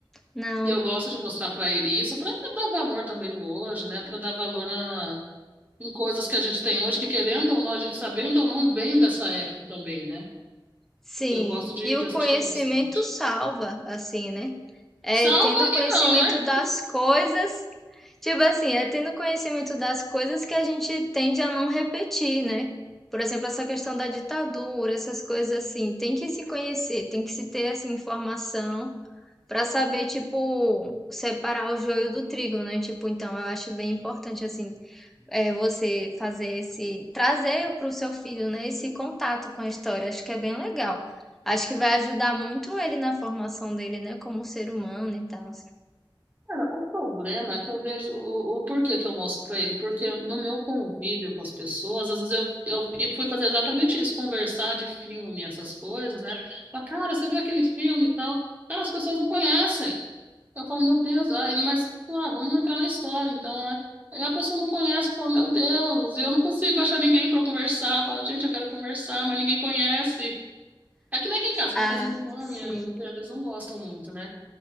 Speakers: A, in the centre; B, on the right.
A: Não.
B: E eu gosto de mostrar para ele isso, para dar valor também no hoje, né? Para dar valor na, na- em coisas que a gente tem hoje, que querendo ou não, a gente sabendo ou não, vem dessa época também, né?
A: Sim.
B: E eu gosto de,
A: E
B: de
A: o
B: assistir
A: conhecimento
B: bastante.
A: salva, assim, né? É
B: Salva
A: tendo conhecimento
B: e não, né?
A: das coisas. Tipo assim, é tendo conhecimento das coisas que a gente tende a não repetir, né? Por exemplo, essa questão da ditadura, essas coisas assim, tem que se conhecer, tem que se ter essa informação Pra saber, tipo, separar o joio do trigo, né? Tipo, então eu acho bem importante, assim, é, você fazer esse, trazer pro seu filho, né, esse contato com a história. Acho que é bem legal. Acho que vai ajudar muito ele na formação dele, né, como ser humano e tal.
B: Cara, o problema é que eu vejo o, o porquê que eu mostro pra ele, porque no meu convívio com as pessoas, às vezes eu, eu, eu fui fazer exatamente isso, conversar de filme, essas coisas, né? Falar, cara, você viu aquele filme e tal? Cara, as pessoas não conhecem. Eu falo, meu Deus, aí, mas lá, vamos entrar na história então, né? Aí a pessoa não conhece, fala, meu Deus, e eu não consigo achar ninguém pra conversar. Fala, gente, eu quero conversar, mas ninguém conhece. É que nem aqui em casa, aqui
A: Ah,
B: em casa minha irmã,
A: sim.
B: minha, meu cunhado, eles não gostam muito, né?